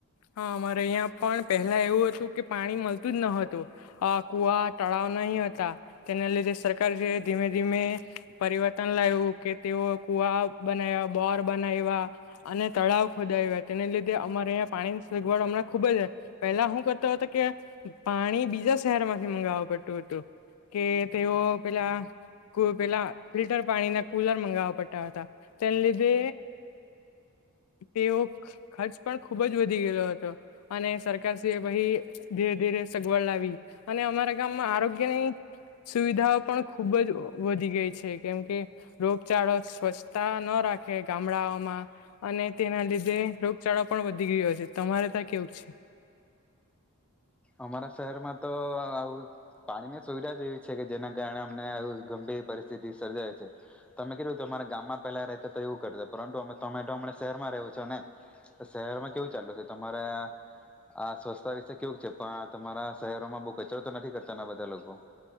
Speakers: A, on the left; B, in the centre.
A: હા, અમારે અહીંયા પણ પહેલા એવું હતું કે પાણી મળતું જ ન હતું, કુવા તળાવ નહીં હતા, તેના લીધે સરકાર જે ધીમે ધીમે પરિવર્તન લાવ્યું કે તેઓ કુવા બનાવ્યા, બોર બનાવ્યા અને તળાવ ખોદાવ્યા, તેને લીધે અમારે અં. પાણીની સગવડ હમણાં ખૂબ જ પહેલા શું કરતો હતો કે પાણી બીજા શહેરમાંથી મંગાવવા પડતું હતું કે, તેઓ પેલા પેલા ફિલ્ટર પાણી ના કુલર મંગાવવા પડતા હતા, તેને લીધે તેઓ ખર્ચ પણ. ખૂબ જ વધી ગયેલો હતો, અને સરકારશ્રીએ પાઈ ધીરે ધીરે સગવડ લાવી, અને અમારા ગામમાં આરોગ્યની સુવિધાઓ પણ ખૂબ જ વધી ગઈ છે, કેમ કે રોગચાળો સ્વચ્છતા ન રાખે ગામડાઓમાં, અને તેના લીધે રોગચાળો. પણ વધી ગયો છે. તમારે ત્યાં કેવું છે?
B: અમારા શહેરમાં તો આવુ. પાણીની સુવિધા જ એવી છે કે જેના કારણે અમને એ ગંભીર પરિસ્થિતિ સર્જાય છે. તમે કેધું તમારા ગામમાં પેલા રહેતા તો એવું કરતા, પરંતુ અમે તમે તો અમના શહેરમાં રહો છો ને, તો શહેરમાં કેવું ચાલુ છે? તમારા આ સ્વચ્છતા વિશે કેવું છે? પણ તમારા શહેરોમાં બહુ કચરો તો નથી કરતા બધા લોકો?